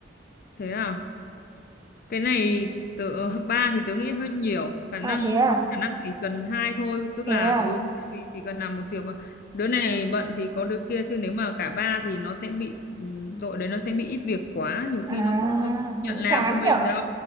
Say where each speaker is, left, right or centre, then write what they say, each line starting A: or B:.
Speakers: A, on the left (about 50°); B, on the right (about 20°).
A: thế à cái này tớ ba thì tớ nghĩ hơi nhiều khả năng
B: à thế à
A: khả năng chỉ cần hai thôi tức
B: thế
A: là
B: à
A: ừ tại vì chỉ cần làm một việc mà đứa này bận thì có đứa kia chứ nếu mà cả ba thì nó sẽ bị ừ, đội đấy nó sẽ bị ít việc quá nhiều
B: à
A: khi nó cũng không
B: cũng
A: nhận làm
B: chán
A: cho mình
B: nhở
A: đâu